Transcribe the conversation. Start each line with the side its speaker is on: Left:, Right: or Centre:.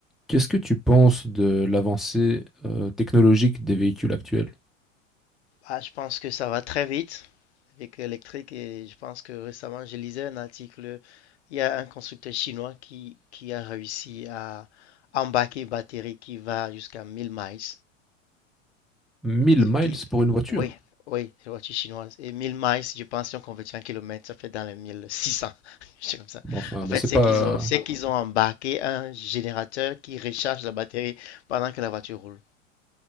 Centre: Qu'est-ce que tu penses de l'avancée euh, technologique des véhicules actuels?
Left: Ah, je pense que ça va très vite avec l'électrique et je pense que récemment je lisais un article. Il y a un constructeur chinois qui, qui a réussi à embarquer une batterie qui va jusqu'à 1000 miles.
Centre: Mille
Left: Ce
Centre: miles
Left: qui,
Centre: pour une voiture?
Left: oui, oui, c'est la voiture chinoise. Et 1000 miles, je pense, si on convertit en kilomètres, ça fait dans les 1600. <laughs> sais comme ça.
Centre: Bon, Enfin,
Left: En
Centre: ben,
Left: fait,
Centre: c'est
Left: c'est
Centre: pas...
Left: qu'ils ont, c'est qu'ils ont embarqué un générateur qui recharge la batterie pendant que la voiture roule.